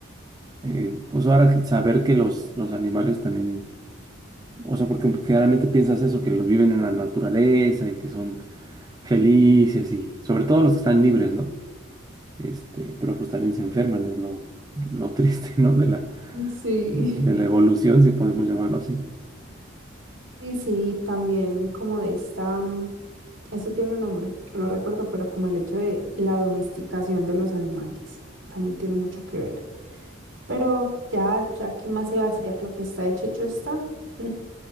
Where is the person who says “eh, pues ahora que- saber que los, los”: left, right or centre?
Right